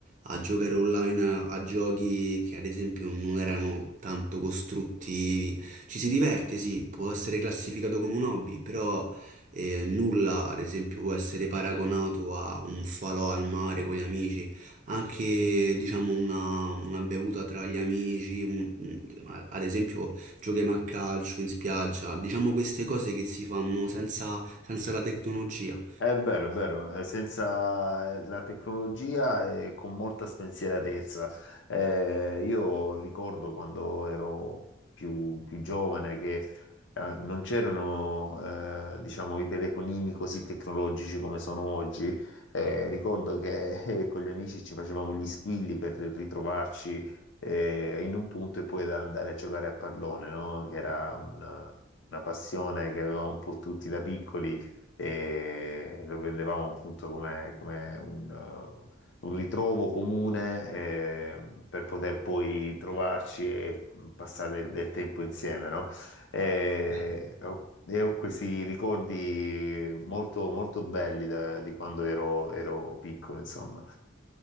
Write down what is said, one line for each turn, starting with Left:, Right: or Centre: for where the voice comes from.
Right: a giocare online a, a giochi che, ad esempio, non erano tanto costruttivi. Ci si diverte, sì, può essere classificato come un hobby, però eh, nulla, ad esempio, può essere paragonato a un falò al mare con gli amici anche diciamo una, una bevuta tra gli amici, un- un- ad esempio giochiamo a calcio in spiaggia, diciamo queste cose che si fanno senza, senza la tecnologia.
Left: È vero, è vero, eh, senza la tecnologia e con molta spensieratezza. Eh, io ricordo quando ero più, più giovane che eh, non c'erano eh, diciamo, i telefonini così tecnologici come sono oggi. Eh, ricordo che <laughs> eh, con gli amici ci facevamo gli squilli per ritrovarci eh, in un punto e poi da andare a giocare a pallone, no? Che era una una passione che avevamo un po' tutti da piccoli e lo vedevamo appunto come, come un, eh, un ritrovo comune eh, per poter poi trovarci e mm, passare del tempo insieme, no? E,
Right: Eh.
Left: ho e ho questi ricordi molto, molto belli da- di quando ero, ero piccolo, insomma.